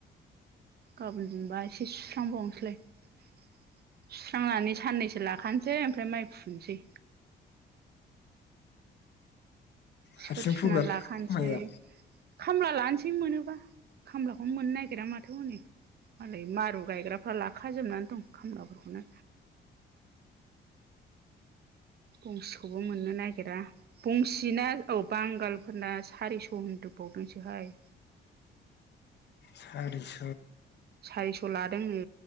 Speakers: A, on the right; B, on the left.
A: गाबोन दुंबा एसे सुस्रांबावनोसैलाय सुस्रांनानै साननैसो लाखानोसै ओमफ्राय माइ फुनोसै सिफोर
B: हारसिं
A: सुना
B: फुगोन
A: लाखानोसै
B: माइया
A: खामला लानोसै मोनोबा खामलाखौनो मोननो नागिरा माथो हनै मालाय मारु गायग्राफ्रा लाखाजोबनानै दं खामलाफोरखौनो। बंसिखौबो मोननो नागिरा बंसिना औ बांगालफोरना सारिस' होनदो बावदोंसोहाय
B: सारिस'
A: सारिस' लादोंनो